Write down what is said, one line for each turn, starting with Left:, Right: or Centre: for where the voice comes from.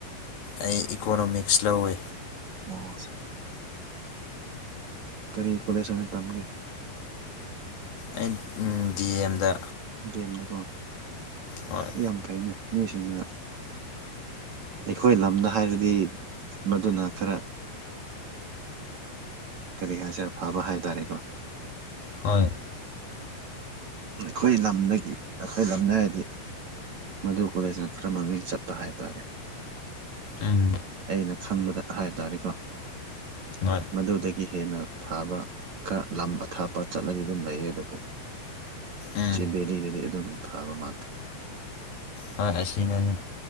Left: ꯑꯩ ꯏꯀꯣꯅꯣꯃꯤꯛꯁ ꯂꯧꯋ
Right: ꯑꯣ ꯀꯔꯤ ꯀꯣꯂꯦꯁ ꯑꯣꯏꯅ ꯇꯝꯒꯦ
Left: ꯑꯩ ꯗꯤ ꯑ ꯑꯦꯝꯗ
Right: ꯦꯝꯅꯀꯣ
Left: ꯍꯣꯏ
Right: ꯌꯥꯝ ꯐꯩꯅꯦ ꯃꯤꯁꯤꯡꯅ ꯑꯩꯈꯣꯏ ꯂꯝꯗ ꯍꯥꯏꯔꯗꯤ ꯃꯗꯨꯅ ꯈꯔ ꯀꯔꯤ ꯍꯥꯏꯁꯔ ꯐꯥꯕ ꯍꯥꯏꯇꯥꯔꯦꯀꯣ
Left: ꯍꯣꯏꯦ
Right: ꯑꯩꯈꯣꯏ ꯂꯝꯗꯒꯤ ꯑꯩꯈꯣꯏ ꯂꯝꯗ ꯍꯥꯏꯔꯗꯤ ꯃꯗꯨ ꯀꯣꯂꯦꯖꯅ ꯈꯔ ꯃꯃꯤꯡ ꯆꯠꯄ ꯍꯥꯏꯕ ꯇꯥꯔꯦ
Left: ꯎꯝ
Right: ꯑꯩꯅ ꯈꯪꯕꯗ ꯍꯥꯏꯕ ꯇꯥꯔꯦꯀꯣ
Left: ꯍꯣꯏ
Right: ꯃꯗꯨꯗꯒꯤ ꯍꯦꯟꯅ ꯐꯕ ꯈꯔ ꯂꯝ ꯑꯊꯥꯞꯄ ꯆꯠꯂꯗꯤ ꯑꯗꯨꯝ ꯂꯩꯌꯦ ꯑꯗꯨꯕꯨ
Left: ꯎꯝ
Right: ꯁꯤ ꯚꯦꯂꯤꯗꯗꯤ ꯑꯗꯨꯅ ꯊꯥꯕ ꯃꯥꯜꯂꯦ
Left: ꯑ ꯑꯦꯁꯤꯅꯦ